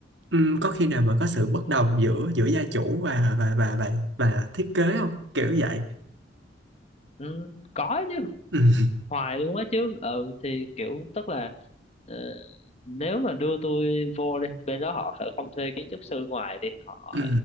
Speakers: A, on the right; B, on the left.
A: ừm, có khi nào mà có sự bất đồng giữa giữa gia chủ và và và và và thiết kế không kiểu vậy
B: ừ, có chứ
A: ừ
B: hoài luôn á chứ ừ thì kiểu tức là ờ, nếu mà đưa tôi vô đi bên đó họ sẽ không thuê kiến trúc sư ngoài đi họ
A: ừ